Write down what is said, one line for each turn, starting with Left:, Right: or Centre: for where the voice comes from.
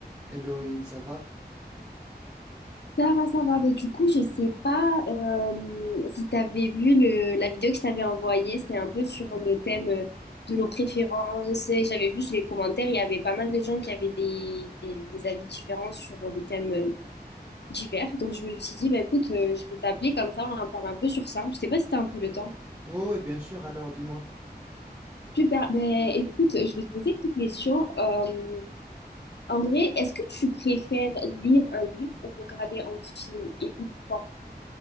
Right: Elohim, ça va?
Left: Ça va, ça va. Mais du coup, je sais pas euh, si tu avais vu le, la vidéo que je t'avais envoyée. C'était un peu sur le thème euh, de nos préférences. Et J'avais vu sur les commentaires, il y avait pas mal de gens qui avaient des, des, des avis différents sur des thèmes euh, divers. Donc, je me suis dit, bah, écoute, euh, je vais t'appeler comme ça, on en parle un peu sur ça. Je sais pas si tu as un peu le temps.
Right: Oh oui, bien sûr. Alors, dis-moi.
Left: Super. Ben, écoute, je vais te poser quelques questions. Euh, en vrai, est-ce que tu préfères lire un livre ou regarder un film et pourquoi?